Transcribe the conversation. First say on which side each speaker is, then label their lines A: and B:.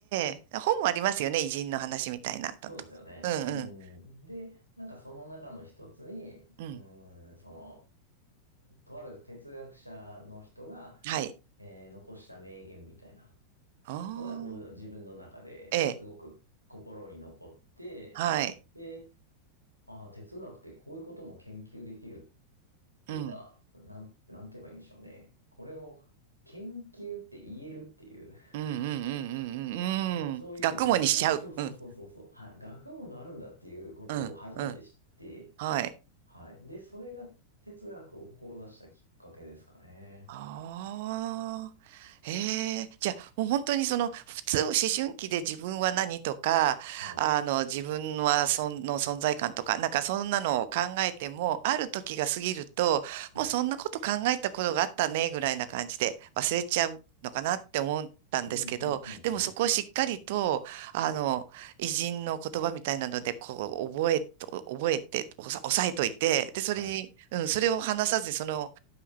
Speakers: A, on the right; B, on the right.
A: え、ええ本もありますよね。偉人の話みたいな。ととかうんうん、
B: そうですよね。うん。で、なんかその中の一つに、
A: うん。
B: うん、その、とある哲学者の人が、
A: はい。
B: えー残した名言みたいな
A: あ
B: のが、こう、自分の中ですごく心に残って、
A: ええ、はい。
B: で、ああ、哲学ってこういうことも研究できるっていうか、
A: うん、
B: なん、なんて言えばいいんでしょうね。これを研究って言えるっていう、
A: うん、うん、うん、うん、うん。
B: そういう学問、
A: うん学問にしちゃう。
B: そうそうそうそうそう、
A: うん、
B: はい、学問があるんだっていうことを初めて知って、
A: うん、うん。はい。
B: はい。で、それが哲学を志したきっかけですかね。
A: ああ、ええ、じゃあもう本当にその普通思春期で自分は何とか、
B: はい。
A: あの自分はその存在感とか、なんかそんなのを考えても、ある時が過ぎると、
B: はい。
A: もうそんなこと考えたことがあったねぐらいな感じで忘れちゃうのかなって思ったんですけど、
B: うん、うん、うん、
A: でもそこをしっかりと、
B: うん。
A: あの、偉人の言葉みたいなので、こう覚えと、覚えて、おさ抑えといて、で、それに、
B: はい。
A: うん、それを話さずにその、